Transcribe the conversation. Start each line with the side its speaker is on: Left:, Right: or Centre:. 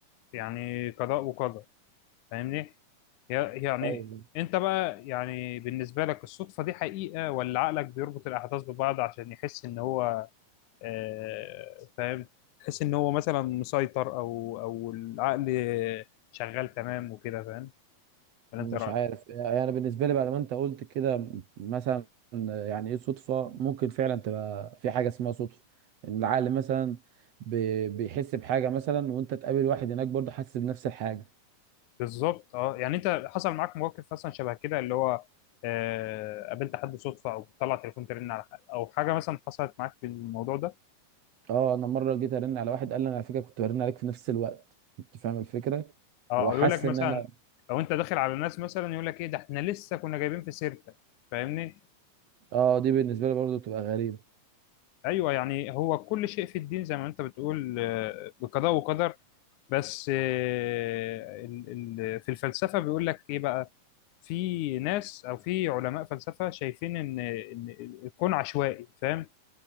Left: يعني قضاء وقدر فاهمني يا- يعني
Right: طيب
Left: انت بقى يعني بالنسبه لك الصدفه دي حقيقه ولا عقلك بيربط الاحداث ببعض عشان يحس ان هو آه، فاهم تحس ان هو مثلا مسيطر او او العقل شغال تمام وكده فاهم ولا
Right: مش
Left: انت إيه رايك
Right: عارف يعني انا بالنسبه لي بعد ما انت قلت كده مثلا يعني ايه صدفه ممكن فعلا تبقى في حاجه اسمها صدفه ان العقل مثلا بي- بيحس بحاجه مثلا وانت تقابل واحد هناك برضه حاسس بنفس الحاجه
Left: بالظبط اه يعني انت حصل معاك مواقف مثلا شبه كده اللي هو آه، قابلت حد صدفه او بتطلع تليفون ترن على حد او حاجه مثلا حصلت معاك في الموضوع ده
Right: اه انا مره جيت ارن على واحد قال لي انا على فكره كنت برن عليك في نفس الوقت انت فاهم الفكره
Left: اه
Right: هو
Left: او
Right: حس
Left: يقول لك مثلا
Right: ان انا
Left: او انت داخل على الناس مثلا يقول لك ايه ده احنا لسه كنا جايبين في سيرتك فاهمني
Right: اه دي بالنسبه لي برضه بتبقى غريبه
Left: ايوه يعني هو كل شيء في الدين زي ما انت بتقول آه، بقضاء وقدر بس آه، ال- ال- في الفلسفه بيقول لك ايه بقى في ناس او في علماء فلسفه شايفين ان ان الكون عشوائي فاهم